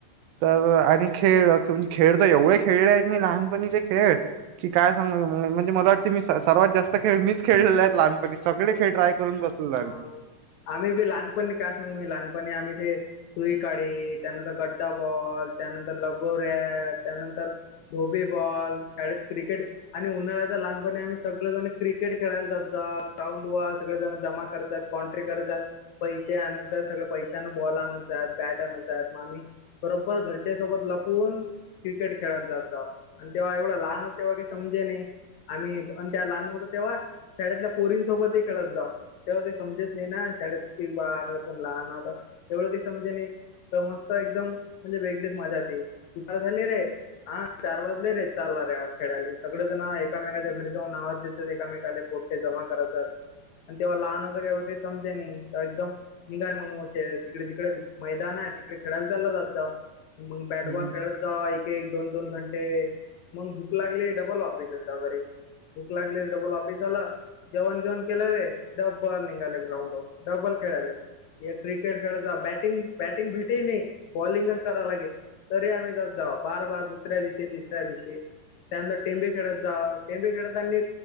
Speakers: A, on the right (about 80°); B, on the left (about 75°).
A: तर आणि खेळ म्हणजे, खेळ तर खेळले आहेत मी लहानपणीचे खेळ. की काय सांग म्हणजे मला वाटतें. मी सर्वात जास्त खेळ मीच खेळले आहेत, लहानपणी सगळे खेळ ट्राय. करून बसलेलो
B: ह
A: आम्ही.
B: आम्ही बी लहानपणी काय सांगू मी लहानपणी आम्ही ते. सुई काढी त्यानंतर गड्डा बॉल. त्यानंतर लगोऱ्या त्यानंत, र धोबी बॉल शाळेत क्रिकेट. आणि उन्हाळ्याच लहानपणी आम्ही सगळं जण, क्रिकेट खेळायला जात जा ग्राउंड वा सगळे. जमा करतात, कॉन्ट्री करतात. पैसे आण जात सगळं पैशान बॉल आण‌त जात बॅट आणत जात मग आम्ही. बरोबर घरच्या सोबत लपून क्रिकेट खेळायला जात जावं. आणि तेव्हा एवढं लहान <unintelligible> समजे नाही. आम्ही आणि त्या लहान होतो तेव्हा शाळेतल्या पोरींसोबतही खेळत होताव. तेव्हा काही समजेच नाही ना शाळेत <unintelligible> आम्ही पण लहान होता त्यावेळी काही समजे नाही. तेव्हा मस्त एकदम म्हणजे वेगळीच मजा <unintelligible> दुपार झाली रे. हां चार वाजले रे, चाला रे हा खेळायले सगळेजण एकामेकाच्या घरी जाऊन आवाज देत एकामेकाला पोट पोट्टे जमा करत जात. आणि तेव्हा लहान असं एवढं काही समजे नाही तर एकदम निघाय मग असे तिकडे तिकडे मैदान आहे तिकडे खेळायला चाललं जात जावो. मग बॅटबॉल
A: हं.
B: खेळत जा एकेक दोन दोन घंटे. मग भूक लागली डबल वापिस येत जाव घरी. भूक लागली डबल वापीस आलं, जेवण घेऊण केलं रे <unintelligible> निघाले ग्राउंडवर डब्बल खेळाले ये क्रिकेट खेळाचा बॅटिंग बॅटिंग भेट ते नाही बॉलिंगच करावं लागे, तरी आम्ही जात जाव बार बार दुसऱ्या दिवशी तिसऱ्या दिवशी त्यानंतर टेंबे खेळत जावं टेंबे खेळतानी